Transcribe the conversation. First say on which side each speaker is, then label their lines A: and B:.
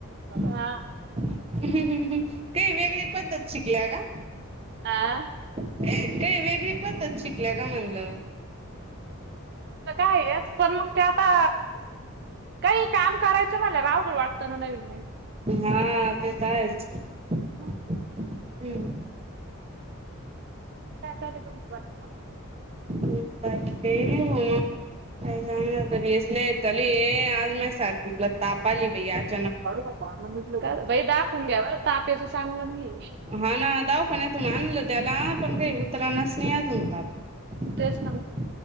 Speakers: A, on the right; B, on the right.
A: हा
B: <inaudible> हम् हम् हम् ते वेगळी पद्धत शिकल्या ग
A: आ..
B: <unintelligible> काय वेगळी पद्धत शिकल्या का म्हणलं?
A: काय हेच पण मग ते आता काही काम करायच मला अवघड वाटत ना नवीन <unintelligible>
B: हा ते तर आहेच
A: मग
B: हम्म
A: काय काय तुमच <unintelligible>
B: बाकी काही नाही मग काय सांगणार तर भसले चलू ये आज माझ <unintelligible> ताप आली बाई आज
A: <unintelligible> बाई दाखवून घ्या बर ताप यायच चांगलं नाही
B: हा ना दवाखान्यातून आणलं त्याला पण काही उतरानाच नाही अजून ताप
A: तेच ना मग
B: <inaudible>